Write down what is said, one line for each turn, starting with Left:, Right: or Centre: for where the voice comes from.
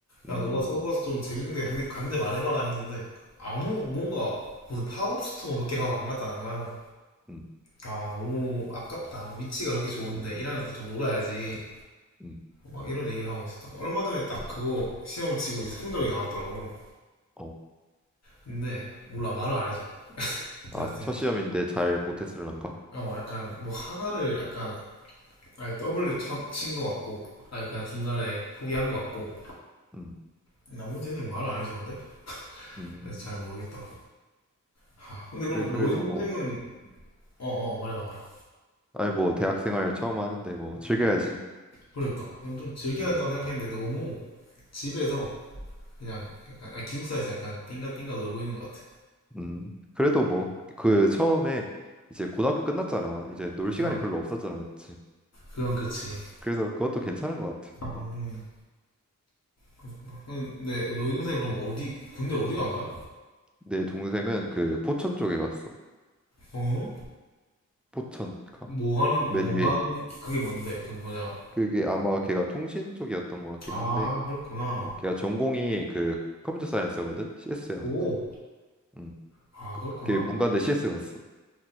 Centre: 음,
Left: 야, 너가 서울 가서 좀 재밌는 데 간대, 간대 말해봐라 했는데 아무 뭔가 무슨 팝업 스토어 몇 개 가고 안 갔다는 거야.
Centre: 음,
Left: 아, 너무 아깝다. 위치가 그렇게 좋은데
Centre: 음,
Left: 일학년 때 좀 놀아야지.
Centre: 음.
Left: 막 이런 얘기를 하고 있었다가 얼마 전에 딱 그거 시험을 치고 이제 성적이 나왔더라고.
Centre: 어.
Left: 근데 몰라 말을 안 해줘.
Centre: 아,
Left: 내가 그때
Centre: 첫 시험인데 잘 못했을란가?
Left: 어 약간 뭐 하나를 약간 아예 W 친 거 같고 아예 그냥 중간에 포기한 거 같고
Centre: 음,
Left: 나머지는 말을 안 해주는데
Centre: 음.
Left: 그래서 잘 모르겠더라. 하, 근데
Centre: 그래,
Left: 그럼
Centre: 그래도
Left: 너희 동생은
Centre: 뭐,
Left: 어어 어, 말해봐 말해봐.
Centre: 아니 뭐 대학생활 처음 하는데 뭐 즐겨야지.
Left: 그러니까 난좀 즐겨야
Centre: 음,
Left: 한다고 생각했는데 너무 집에서 그냥 약간 아, 기숙사에서 약간 띵가띵가 놀고 있는 것 같아.
Centre: 음. 그래도 뭐 그 처음에 이제 고등학교 끝났잖아. 이제 놀 시간이
Left: 어.
Centre: 별로 없었잖아, 맞지?
Left: 그건 그치.
Centre: 그래서 그것도 괜찮은 것 같아.
Left: 음,
Centre: 어.
Left: 그렇구나. 음, 네, 너희 동생 그럼 어디 군대 어디 간 거야?
Centre: 내 동생은 그 포천 쪽에 갔어.
Left: 어?
Centre: 포천, 가-
Left: 뭐 하는
Centre: 맨
Left: 뭐
Centre: 위에.
Left: 하는 그게 뭔데? 그 뭐냐?
Centre: 그게 아마 걔가 통신 쪽이었던 것 같긴
Left: 아,
Centre: 한데.
Left: 그렇구나.
Centre: 어, 걔가 전공이 그 컴퓨터 사이언스거든. CS야.
Left: 오,
Centre: 음.
Left: 아, 그렇구나.
Centre: 걔 문과인데 CS 갔어.